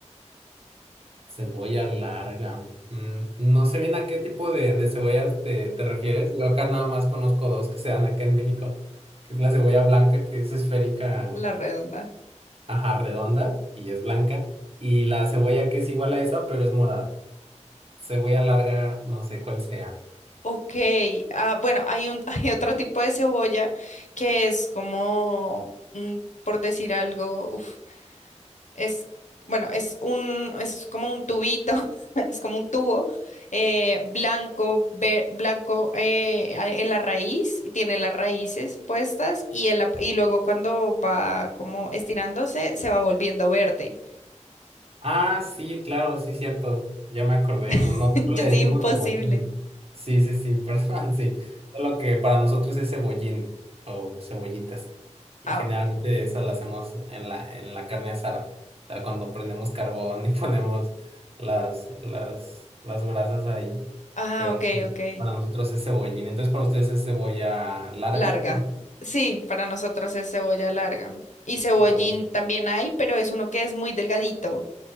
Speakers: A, on the right; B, on the left.
A: Cebolla larga. Mm, no sé bien a qué tipo de, de cebollas te, te refieres. Yo acá nada más conozco dos que se dan acá en México, que es la cebolla blanca, que es esférica,
B: La redonda.
A: ajá, redonda y es blanca, y la cebolla que es igual a esa, pero es morada. Cebolla larga, no sé cuál sea.
B: Ok, ah, bueno, hay un, <laughs> hay otro tipo de cebolla que es como, mm, por decir algo, uf, es, bueno, es un, es como un tubito, <laughs> es como un tubo eh, blanco, ve- blanco eh, a- en la raíz, y tiene las raíces puestas y, en la- y luego cuando va como estirándose, se va volviendo verde.
A: Ah, sí, claro, sí, cierto. Ya me acordé. No-
B: <laughs>
A: Nosotros
B: Yo
A: le decimos
B: soy imposible.
A: cebollín. Sí, sí, sí, <laughs> perdón, sí. Solo que para nosotros es cebollín o cebollitas. Y
B: Ah,
A: generalmente esas las hacemos en la, en la carne asada. O sea, cuando prendemos carbón y <laughs> ponemos las, las, las brasas ahí.
B: ah,
A: Pero
B: ok,
A: sí,
B: ok.
A: para nosotros es cebollín. Entonces, para ustedes es cebolla larga.
B: Larga.
A: dije.
B: Sí, para nosotros es cebolla larga. Y cebollín
A: Wow.
B: también hay, pero es uno que es muy delgadito,